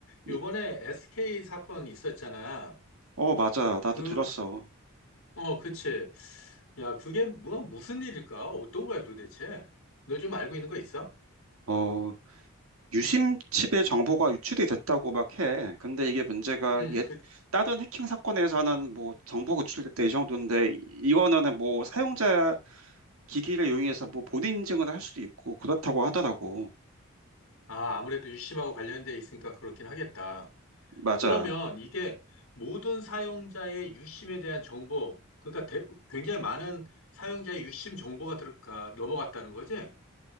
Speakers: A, on the right; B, on the left.
A: 이-
B: 요번에 SK 사건 있었잖아.
A: 어, 맞아. 나도
B: 그,
A: 들었어.
B: 어, 그치. 야, 그게 뭐, 무슨 일일까? 어떤 거야, 도대체? 너 좀 알고 있는 거 있어?
A: 어, 유심칩의 정보가 유출이 됐다고 막 해. 근데 이게 문제가
B: 음,
A: 옛
B: 그,
A: 다른 해킹 사건에서는 뭐 정보가 유출될 때 이 정도인데 이- 이거는 뭐 사용자 기기를 이용해서 뭐 본인 인증을 할 수도 있고 그렇다고 하더라고.
B: 아, 아무래도 유심하고 관련돼 있으니까 그렇긴 하겠다.
A: 맞아.
B: 그러면 이게 모든 사용자의 유심에 대한 정보, 그러니까 대- 굉장히 많은 사용자의 유심 정보가 들어가, 넘어갔다는 거지?